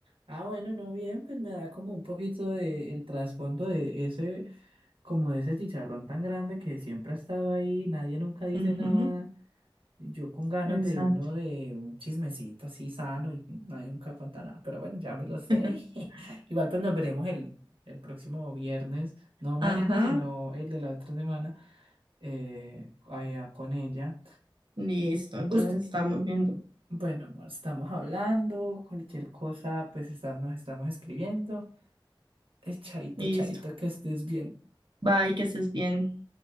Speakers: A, on the right; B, on the right.
A: Ah, bueno, no bien, pues me da como un poquito de el trasfondo de ese, como de ese chicharrón tan grande que siempre ha estado ahí, nadie nunca dice
B: Ujú,
A: nada. Yo con ganas
B: exacto.
A: de uno de un chismecito así sano y nadie nunca cuenta nada, pero bueno, ya me lo sé.
B: <laughs>
A: <laughs> Igual pues nos veremos el, el próximo viernes, no mañana,
B: Ajá,
A: sino el de la otra semana, eh, allá con ella.
B: listo, entonces
A: Usted,
B: estamos viendo.
A: bueno, amor, estamos hablando, cualquier cosa, pues está- nos estamos escribiendo. Eh, chaito,
B: Listo.
A: chaito, que estés bien.
B: Bye, que estés bien.